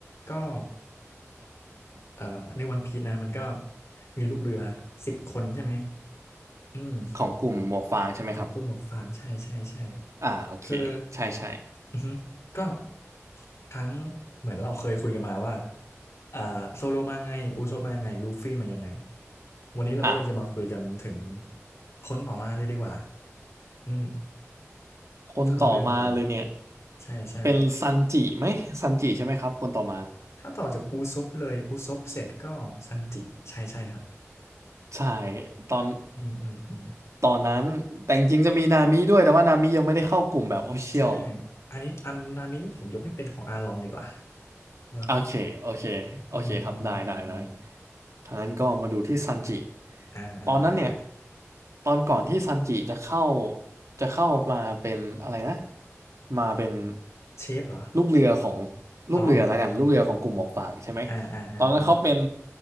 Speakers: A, on the left (about 65°); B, on the right (about 70°).
A: ก็เอ่อในวันพีชนะมันก็มีลูกเรือสิบคนใช่ไหมอืม
B: ของกลุ่มหมวกฟางใช่ไหมครับ
A: ของกลุ่มหมวกฟางใช่ใช่ใช่
B: อ่าโอเคใช่ใช่
A: คืออือฮึก็ทั้งเหมือนเราเคยคุยกันมาว่าอ่าโซโลมาไงอูซบมาไงลูฟี่มายังไงวันนี้เราก็เลยจะมาคุยกันถึง
B: อ่า
A: คนต่อมาเลยดีกว่าอืม
B: คนต่อมาเลยเนี่ย
A: เข้าเรื่องเลยใช่ใช่
B: เป็นซันจิไหมซันจิใช่ไหมครับคนต่อมา
A: ถ้าต่อจากอูซบเลยอูซบเสร็จก็ซันจิใช่ใช่ครับ
B: ใช่ตอน
A: อืมอืมอืม
B: ตอนนั้นแต่จริงๆจะมีนามิด้วยแต่ว่านามิยังไม่ได้เข้ากลุ่มแบบ o อเชียว
A: ใช่อันนี้อัมนามิผมยกให้เป็นของอาลองดีกว่าเนาะ
B: โอเคโอเคโอเคครับ
A: อ่าอ่าอ่าอืม
B: ได้ได้ได้ทางนั้นก็มาดูที่ซันจิ
A: อ่าอ่าอ่า
B: ตอนนั้นเนี่ยตอนก่อนที่ซันจิจะเข้าจะเข้ามาเป็นอะไรนะมาเป็น
A: เชฟเหรอ
B: ลูกเรือของลูกเรือแล้วกันลูกเรือของกลุ่มหมวกฟางใช่ไหม
A: อ๋ออ่าอ่าอ่าอ่า
B: ตอนนั้นเขาเป็น